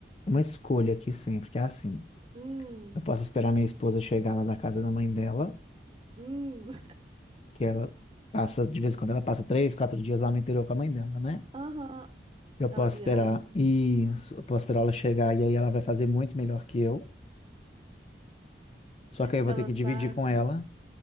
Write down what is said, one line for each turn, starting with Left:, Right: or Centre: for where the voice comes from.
Left: uma escolha aqui sempre, que é assim.
Right: Hum.
Left: Eu posso esperar minha esposa chegar lá da casa da mãe dela,
Right: Hum,
Left: que ela passa, de vez em quando ela passa três, quatro dias lá no interior com a mãe dela, né?
Right: aham.
Left: Eu
Right: Ela
Left: posso
Right: viaja,
Left: esperar isso, eu posso esperar ela chegar e aí ela vai fazer muito melhor que eu. Só que aí eu vou
Right: ela
Left: ter que
Right: sabe.
Left: dividir com ela,